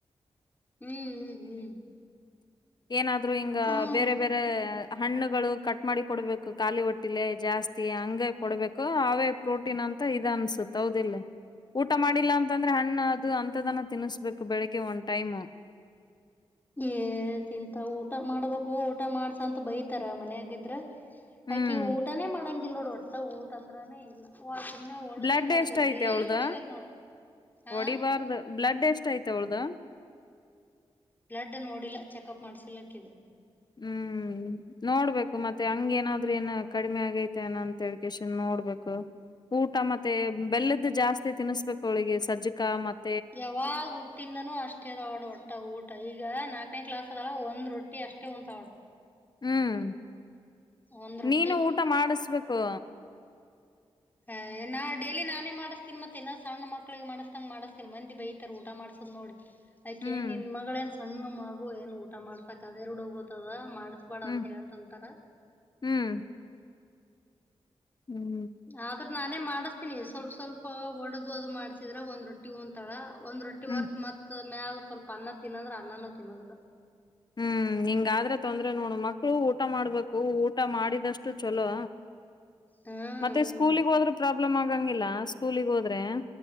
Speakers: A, on the left; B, on the left.
A: ಹ್ಮ್ ಹ್ಮ್ ಹ್ಮ್.
B: ಏನಾದ್ರೂ ಹಿಂಗ
A: ಹ್ಮ್
B: ಬೇರೆ ಬೇರೆ ಹಣ್ಣುಗಳು ಕಟ್ ಮಾಡಿ ಕೊಡ್ಬೇಕು ಖಾಲಿ ಹೊಟ್ಟಿ. <unintelligible> ಜಾಸ್ತಿ ಹಂಗ ಆಗಿ. ಕೊಡ್ಬೇಕು ಅವೇ ಪ್ರೋಟೀನ್ ಅಂತ ಇದ ಅನ್ಸುತ್ತ ಹೌದಿಲ್ಲ ಊಟ ಮಾಡಿ. ಇಲ್ಲ ಅಂತಂದ್ರೆ ಹಣ್ಣ ಅದು ಅಂತದನ ತಿನ್ನಿಸಬೇಕು ಬೆಳಗ್ಗೆ ಒಂದ್ ಟೈಮ.
A: ಏ ತಿಂತವು ಊಟ ಮಾಡ್ಬೇಕು ಊಟ ಮಾಡ್ಸಂತ ಬೈತಾರ ಮನ್ಯಾಗ ಇದ್ರ.
B: ಹ್ಮ್
A: ಆಕಿ ಊಟನೇ ಮಾಡಂಗಿಲ್ಲ ನೋಡಿ ಒಟ್ಟ ಊಟ ಅಂದ್ರಾನೇ ಇಲ್ಲ ಹ ಸುಮ್ನೆ ಹೊಡ್ದ
B: ಬ್ಲಡ್
A: ಬಡ್ದ
B: ಎಷ್ಟ ಐತೆ
A: ಡೇಲಿ
B: ಅವಳ್ದ
A: ಹೊಡಿಬೇಕಕ್ ನೋಡು ಹಾ
B: ಹೊಡಿಬಾರ್ದ ಬ್ಲಡ್ ಎಷ್ಟ ಆಯ್ತ ಅವಳ್ದ
A: ಬ್ಲಡ್ ನೋಡಿಲ್ಲ ಚೆಕಪ್ ಮಾಡ್ಸಲಕ್ಕ ಇದು
B: ಹ್ಮ್ ನೋಡ್ಬೇಕು ಮತ್ತೆ ಹಂಗ ಏನಾದ್ ಏನ ಕಡಿಮೆ ಆಗೈತೆ ಏನ ಅಂತ ಹೇಳಕೇಶನ್ ನೋಡ್ಬೇಕು ಊಟ ಮತ್ತೆ ಬೆಲ್ಲದ್ದು ಜಾಸ್ತಿ ತಿನ್ಸ್ಬೇಕು ಅವಳಿಗೆ ಸಜ್ಜಿಕ ಮತ್ತೆ
A: ಯಾವಾಗ ಹುಟ್ಟಿಂದನೂ ಅಷ್ಟೇ ಅದ ಆಡ್ ಒಟ್ಟ ಊಟ ಈಗ ನಾಲ್ಕನೇ ಕ್ಲಾಸ್ ಅದಲ್ಲ ಒಂದ್ ರೊಟ್ಟಿ ಅಷ್ಟೇ ಉಂಟ ಅವಡು
B: ಹ್ಮ್
A: ಒಂದ್ ರೊಟ್ಟಿ
B: ನೀನು ಊಟ ಮಾಡಿಸ್ಬೇಕು
A: ಹ್ ನಾ ಡೇಲಿ ನಾನೇ ಮಾಡಿಸ್ತೀ ಮತ್ತೆ ಇನ್ನ ಸಣ್ಣ ಮಕ್ಳಿಗೆ ಮಾಡಿಸಸತಂಗ ಮಾಡಿಸತನಿ ಮಂದಿ ಬೈತರ ಊಟ ಮಾಡ್ಸ್ತನಿ ನೋಡಿ ಆಯಕ
B: ಹ್ಮ್
A: ಏನ್ ನಿನ್ ಮಗಳ ನ್ ಸಣ್ಣ ಮಗು ಏನ್ ಊಟ ಮಾಡಸಾಕ್ ಅದೇ ರುಡುಬತದ ಮಾಡ ಕಸ್ ಬೇಡ
B: ಹ್ಮ್
A: ಅಂತರ ಅಂತೊಂತಾರ
B: ಹ್ಮ್ ಹ್ಮ್
A: ಆದ್ರ ನಾನೇ ಮಾಡಿಸ್ತೀನಿ ಸ್ವಲ್ಪ ಸ್ವಲ್ಪ ಒಡದು ಅದು ಮಾಡ್ಸಿದ್ರ ಒಂದ್ ರೊಟ್ಟಿ ಒಂ ಒಂದ್ ರೊಟ್ಟಿ
B: ಹ್ಮ್
A: ಬರ್ತ ಮತ್ ಮ್ಯಾಗ ಸ್ವಲ್ಪ ಅನ್ನ ತಿನ್ನಂದ್ರ ಅನ್ನನೂ ತಿನ್ನೋದಿಲ್ಲ
B: ಹ್ಮ್ ಹ್ಮ ಹಿಂಗಾದ್ರೆ ತೊಂದ್ರೆ ನೋಡು ಮಕ್ಳು ಊಟ ಮಾಡ್ಬೇಕು ಊಟ ಮಾಡಿದಷ್ಟು ಚಲೋ
A: ಹ್ಮ್
B: ಮತ್ತೆ
A: ಹ್ಮ್.
B: ಸ್ಕೂಲಿಗ್ ಹೋದ್ರ ಪ್ರಾಬ್ಲಮ್ ಆಗಂಗಿಲ್ಲ ಸ್ಕೂಲಗ್ ಹೋದ್ರೆ